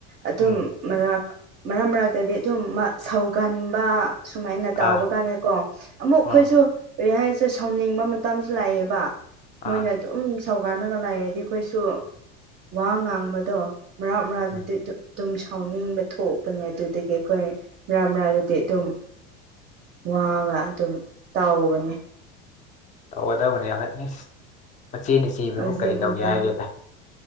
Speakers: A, on the right; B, on the left.
A: ꯑꯗꯨꯝ
B: ꯎꯝ
A: ꯃꯔꯛ ꯃꯔꯛ ꯃꯔꯛꯇꯗꯤ ꯑꯗꯨꯝ ꯁꯧꯒꯟꯕ ꯁꯨꯃꯥꯏꯅ
B: ꯑꯥ
A: ꯇꯥꯎꯕ ꯀꯥꯟꯗ ꯀꯣ ꯑꯃꯨꯛ ꯑꯩꯈꯣꯏꯁꯨ
B: ꯎꯝ
A: ꯀꯔꯤ ꯍꯥꯏꯁꯦ ꯁꯥꯎꯅꯤꯡꯕ ꯇꯝꯁꯨ ꯂꯩꯑꯦꯕ
B: ꯑꯥ
A: ꯃꯣꯏꯅ ꯑꯗꯨꯝ ꯁꯧꯒꯟꯅꯒ ꯂꯥꯏꯔꯗꯤ ꯑꯩꯈꯣꯏꯁꯨ ꯋꯥ ꯉꯥꯡꯕꯗꯣ ꯃꯔꯥꯛ ꯃꯔꯥꯛꯇꯗꯤ
B: ꯎꯝ
A: ꯑꯗꯨꯝ ꯁꯥꯎꯅꯤꯡꯕ ꯊꯣꯛꯄꯅꯦ ꯑꯗꯨꯗꯒꯤ ꯑꯩꯈꯣꯏ ꯃꯔꯛ ꯃꯔꯛꯗꯗꯤ ꯑꯗꯨꯝ ꯋꯥꯒ ꯑꯗꯨꯝ ꯇꯧꯕꯅꯦ
B: ꯇꯧꯒꯗꯕꯅꯦ ꯏꯁ ꯃꯆꯦꯅ ꯆꯩꯕꯕꯨ
A: ꯍꯧꯖꯤꯛ
B: ꯀꯔꯤ ꯇꯧꯒꯦ
A: ꯃꯇꯥꯡ
B: ꯍꯥꯏꯅꯣꯗ